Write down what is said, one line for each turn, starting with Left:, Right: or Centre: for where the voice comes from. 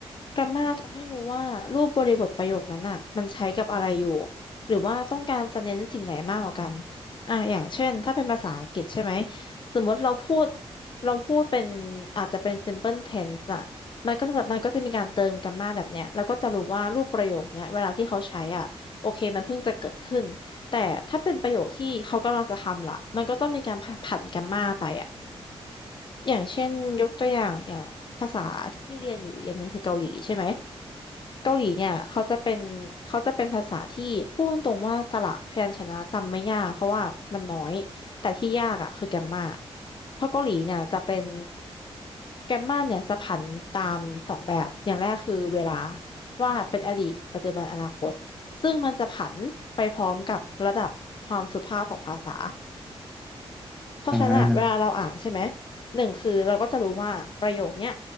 Left: แกรมมาทำให้รู้ว่ารูปบริบทประโยคนั้นอ่ะมันใช้กับอะไรอยู่หรือว่าต้องการจะเน้นสิ่งไหนมากกว่ากันอ่าอย่างเช่นถ้าเป็นภาษาอังกฤษใช่ไหมสมมติเราพูดเราพูดเป็นอาจจะเป็น simple tense อ่ะมันก็จะมันก็จะมีการเติมแกรมมาแบบเนี้ยเราก็จะรู้ว่ารูปประโยคเนี้ยเวลาที่เขาใช้อ่ะโอเคมันเพิ่งจะเกิดขึ้นแต่ถ้าเป็นประโยคที่เขากำลังจะทำล่ะมันก็ต้องมีการผันแกรมมาไปอ่ะ อย่างเช่นยกตัวอย่างอย่างภาษาที่พี่เรียนอยู่อีกอันหนึ่งคือเกาหลีใช่ไหมเกาหลีเนี่ยเขาจะเป็นเขาจะเป็นภาษาที่พูดตรงว่าสระพยัญชนะจำไม่ยากเพราะว่ามันน้อยแต่ที่ยากอ่ะคือแกมมาเพราะเกาหลีเนี่ยจะเป็นแกมมาเนี่ยจะผันตามสองแบบอย่างแรกคือเวลาว่าเป็นอดีตปัจจุบันอนาคตซึ่งมันจะผันไปพร้อมกับระดับความสุภาพของภาษา เพราะฉะนั้นอะเวลาเราอ่านใช่ไหม
Centre: อ่า
Left: หนึ่งคือเราก็จะรู้ว่าประโยคเนี้ย